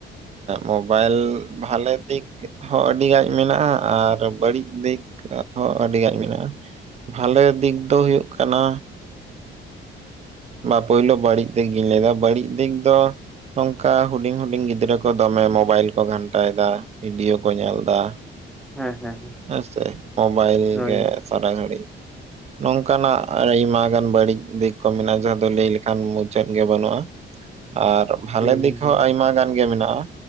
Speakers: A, on the right (about 35°); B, in the centre.
A: ᱢᱳᱵᱟᱭᱤᱞ ᱵᱷᱟᱞᱮ ᱫᱤᱠ ᱦᱚᱸ ᱟᱹᱰᱤᱜᱟᱱ ᱢᱮᱱᱟᱜᱼᱟ ᱟᱨ ᱵᱟᱹᱲᱤᱡ ᱫᱤᱠ ᱦᱚᱸ ᱟᱹᱰᱤᱜᱟᱱ ᱢᱮᱱᱟᱜᱼᱟ ᱵᱷᱟᱞᱮ ᱫᱤᱠ ᱫᱚ ᱦᱩᱭᱩᱜ ᱠᱟᱱᱟ ᱵᱟ ᱯᱩᱭᱞᱩ ᱵᱟᱹᱲᱤᱡ ᱫᱤᱠᱤᱧ ᱞᱟᱹᱭ ᱫᱟ ᱵᱟᱹᱲᱤᱡ ᱫᱤᱠ ᱫᱚ ᱱᱚᱝᱠᱟ ᱦᱩᱰᱤᱧ ᱦᱩᱰᱤᱧ ᱜᱤᱫᱽᱨᱟᱹ ᱠᱚ ᱫᱚᱢᱮ ᱢᱚᱵᱟᱭᱤᱞ ᱠᱚ ᱜᱷᱟᱱᱴᱟᱭᱮᱫᱟ ᱵᱷᱤᱰᱤᱭᱳ ᱠᱚ ᱧᱮᱞ ᱮᱫᱟ
B: ᱦᱮᱸ ᱦᱮᱸ ᱦᱮᱸ
A: ᱦᱮᱸᱥᱮ ᱢᱳᱵᱟᱭᱤᱞ
B: ᱦᱳᱭ
A: ᱜᱮ ᱥᱟᱨᱟ ᱜᱷᱟᱹᱲᱤᱡ ᱱᱚᱝᱠᱟᱱᱟᱜ ᱟᱭᱢᱟ ᱜᱟᱱ ᱵᱟᱹᱲᱤᱡ ᱫᱤᱠ ᱠᱚ ᱢᱮᱱᱟᱜᱼᱟ ᱡᱟᱦᱟᱸ ᱫᱚ ᱞᱟᱹᱭ ᱞᱮᱠᱷᱟᱱ ᱢᱩᱪᱟᱹᱫ ᱜᱮ ᱵᱟᱹᱱᱩᱜᱼᱟ
B: <inaudible>
A: ᱟᱨ ᱵᱷᱟᱞᱮ
B: ᱦᱩᱸ ᱦᱩᱸ
A: ᱫᱤᱠ ᱦᱚᱸ
B: ᱦᱩᱸ
A: ᱟᱭᱢᱟ ᱜᱟᱱ ᱜᱮ ᱢᱮᱱᱟᱜᱼᱟ